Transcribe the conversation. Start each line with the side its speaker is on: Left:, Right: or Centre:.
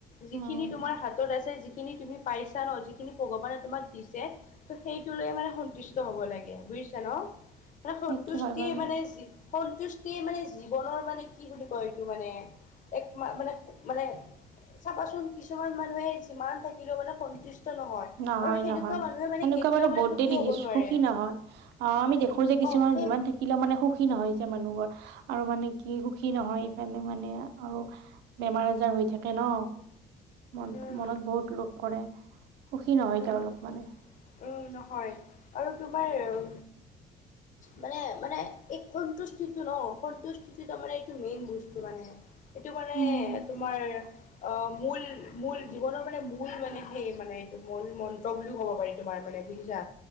Left: যিখিনি
Right: উম
Left: তোমাৰ হাতত আছে যিখ খিনি তুমি পাইছা ন' যিখিনি ভগৱানে তোমাক দিছে ত' সেইটো লৈয়ে মানে সন্তুষ্ট হ'ব লাগে, বু জিছা ন' মানে সন্তুষ্টি
Right: সেইটো হয় বাৰু
Left: মানে যি সন্তুষ্টিয়ে মানে জীৱনৰ মানে কি বুলি কয় এইটো মানে। একা-মান-মানে মানে চাবাচোন কিছুমান মানুহে যিমান থাকিলেও মানে সন্তুষ্ট
Right: নহয়,
Left: আৰু সেনেকুৱা
Right: নহয়
Left: মানুহে মানে
Right: সেনেকুৱা
Left: কেতিয়াও
Right: বাৰু
Left: মানে
Right: বহুতে
Left: সুখী
Right: দেখিছোঁ
Left: হ'ব নোৱাৰে।
Right: সুখী নহয় অহ, আমি দেখো যে কি
Left: অ'
Right: কিছুমান
Left: সেই
Right: যিমান থাকিলেও মানে সুখী নহয় যে মানুহ। আৰু মানে কি সুখী নহয়, ইফালে মানে আৰু বেমাৰ আজাৰ হৈ থাকে ন। মন-মনত
Left: উম,
Right: বহুত লোভ কৰে। সুখী নহয়
Left: উম,
Right: তেওঁলোক মানে
Left: উম, নহয় আৰু তোমাৰ উ মানে, মানে এই সন্তুষ্টিটো ন! সন্তুষ্টিটো মানে এইটো মেইন বস্তু মানে এইটো মানে
Right: উম
Left: তোমাৰ অ', মূল, মূল জীৱনৰ মানে মূল মানে সেইমানে মূলমন্ত্ৰ বুলিও ক'ব পাৰি তোমাৰ মানে বুজিছা,